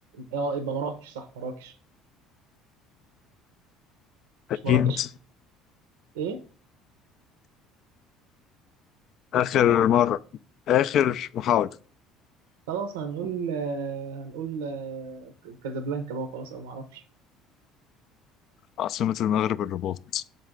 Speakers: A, on the right (about 70°); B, on the left (about 50°).
A: اه يبقى مراكش صح مراكش
B: أكيد
A: مش مراكش ايه
B: آخر مرة آخر محاولة
A: خلاص هنقول آه، هنقول آه، كازابلانكا بقى خلاص انا ما اعرفش
B: عاصمة المغرب الرباط